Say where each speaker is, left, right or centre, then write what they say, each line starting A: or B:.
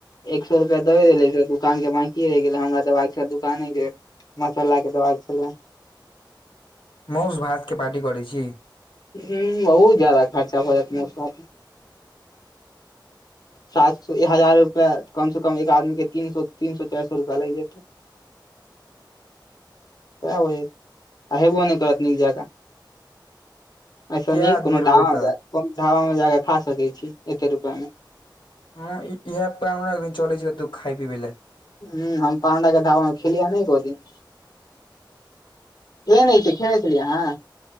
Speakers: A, on the left; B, on the left.
A: एक सए रुपआ दबे देले दुकान के बाकी ये रहि गेलै हमरा त दुकाने के मसल्ला के दबाइ छले।
B: मौस भातके पार्टी करैत छी?
A: हुं, बहुत ज्यादा खर्चा भ जायत मौस भात मे। सात सए हजार रुपआ कम से कम एक आदमी के तीन सए चारि सए रुपआ लागि जेतै। आ हेबो नै करत निक जेकां। ऐसे
B: कए
A: नीक
B: आदमी
A: कोनो
B: रहबै
A: ढाबा
B: तऽ
A: मे कोनो ढाबा मे जाके खा सकै छी एते रूपया मे।
B: हं इहे प्लान बना एकदिन चलै छी खाय पीबै ले।
A: हुं हम पाण्डा के ढाबा मे खेलियै नै एको दिन। केहेन होइ छै खेने छलियो अहाँ।